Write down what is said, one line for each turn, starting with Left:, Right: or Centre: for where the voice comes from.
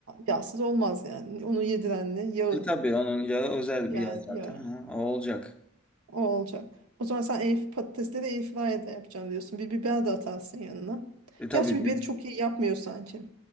Right: Yağsız olmaz yani. Onu yediren ne? Yağı.
Centre: E tabii onun yağı özel
Right: Yani
Centre: bir yağ zaten.
Right: yağı.
Centre: Hı, o olacak.
Right: O olacak. O zaman sen air, patatesleri airfryer'da yapacağım diyorsun. Bir biber de atarsın yanına.
Centre: E tabii
Right: Gerçi biberi
Centre: bi-
Right: çok iyi yapmıyor sanki.